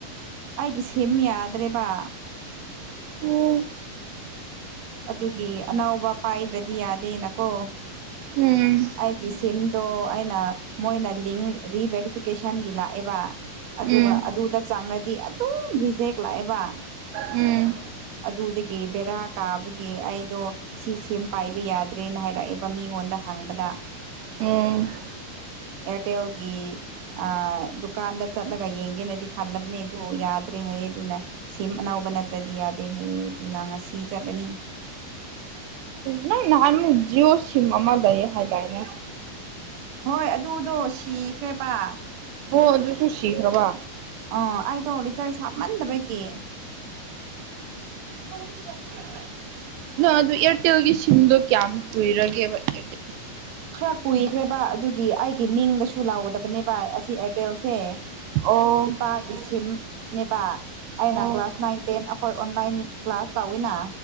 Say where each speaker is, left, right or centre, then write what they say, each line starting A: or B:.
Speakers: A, on the right; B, on the right.
A: ꯑꯩꯒꯤ ꯁꯤꯝ ꯌꯥꯗ꯭ꯔꯦꯕ
B: ꯑꯣ
A: ꯑꯗꯨꯒꯤ ꯑꯅꯧꯕ ꯄꯥꯏꯗ꯭ꯔꯗꯤ ꯌꯥꯗꯦꯅꯀꯣ
B: ꯎꯝ
A: ꯑꯩꯒꯤ ꯁꯤꯝꯗꯣ ꯑꯩꯅ ꯃꯣꯏꯅ ꯂꯤꯡ ꯔꯤꯚꯦꯔꯤꯐꯤꯀꯦꯁꯟꯒꯤ ꯂꯥꯛꯑꯦꯕ ꯑꯗꯨꯒ
B: ꯎꯝ ꯎꯝ
A: ꯑꯗꯨꯗ ꯆꯪꯉꯗꯤ ꯑꯗꯨꯝ ꯔꯤꯖꯦꯛ ꯂꯥꯛꯑꯦꯕ
B: ꯎꯝ
A: ꯑꯗꯨꯗꯒꯤ ꯒꯤ ꯕꯦꯔꯥ ꯀꯥꯕꯒꯤ ꯑꯩꯗꯣ ꯁꯤ ꯁꯤꯝ ꯄꯥꯏꯕ ꯌꯥꯗ꯭ꯔꯦꯅ ꯍꯥꯏꯔꯛꯑꯦꯕ ꯃꯤꯉꯣꯟꯗ ꯍꯪꯕꯗꯥ
B: ꯎꯝ
A: ꯇꯦꯜꯒꯤ ꯑꯥ ꯗꯨꯀꯥꯟꯗ ꯆꯠꯂꯒ ꯌꯦꯡꯒꯦꯅꯗꯤ ꯈꯜꯂꯕꯅꯦ ꯑꯗꯣ ꯌꯥꯗ꯭ꯔꯦ ꯍꯥꯏꯌꯦ ꯑꯗꯨꯅ ꯁꯤꯝ ꯑꯅꯧ ꯕ ꯅꯠꯇ꯭ꯔꯗꯤ ꯌꯥꯗꯦ ꯍꯥꯏꯌꯦ ꯑꯗꯨꯅ ꯉꯁꯤ ꯆꯠꯂꯅꯤ
B: ꯅꯪ ꯅꯍꯥꯟꯃꯨꯛ ꯖꯤꯑꯣ ꯁꯤꯝ ꯑꯃ ꯂꯩ ꯍꯥꯏꯗꯥꯥꯏꯅꯦ
A: ꯍꯣꯏ ꯑꯗꯨꯗꯣ ꯁꯤꯈ꯭ꯔꯦꯕꯥ
B: ꯍꯣ ꯑꯗꯨꯁꯨ ꯁꯤꯈ꯭ꯔꯕꯥ
A: ꯑꯥ ꯑꯩꯗꯣ ꯔꯤꯆꯔꯁ ꯍꯥꯞꯃꯟꯗꯕꯒꯤ <unintelligible>
B: ꯅꯪ ꯑꯗꯨ ꯑꯦꯌꯥꯔꯇꯦꯜꯒꯤ ꯁꯤꯝꯗꯣ ꯀꯌꯥꯝ ꯀꯨꯏꯔꯒꯦꯕ ꯑꯦꯔ
A: ꯈꯔ ꯀꯨꯏꯈ꯭ꯔꯦꯕꯥ ꯑꯗꯨꯒꯤ ꯑꯩꯒꯤ ꯃꯤꯡꯗꯁꯨ ꯂꯥꯎꯗꯕꯅꯦꯕꯥ ꯑꯁꯤ ꯑꯦꯔꯇꯦꯜꯁꯦ
B: ꯑꯣ
A: ꯏꯄꯥꯒꯤ ꯁꯤꯝ ꯅꯦꯕꯥ ꯑꯩꯅ
B: ꯑꯣ
A: ꯀ꯭ꯂꯥꯁ ꯅꯥꯏꯟ ꯇꯦꯟ ꯑꯈꯣꯏ ꯑꯣꯟꯂꯥꯏꯟ ꯀ꯭ꯂꯥꯁ ꯇꯧꯋꯤꯅꯥ